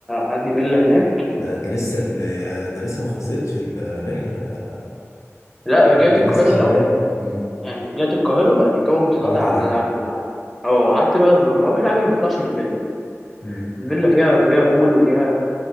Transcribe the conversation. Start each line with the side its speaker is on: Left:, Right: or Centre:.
Centre: عندي فيلا هناك
Left: ده ده لسه ال- ده لسه ما خلصتش الرحلة
Centre: لا رجعت
Left: ده
Centre: القاهرة
Left: لسه شغال
Centre: الأول
Left: مم.
Centre: يعني رجعت القاهرة بعد كده قمت طالع
Left: رحت
Centre: على
Left: على العجمي
Centre: العجمي اه قعدت بقى لما اروح العجمي ما بطلعش من الفيلا
Left: مم.
Centre: الفيلا فيها فيها بول وفيها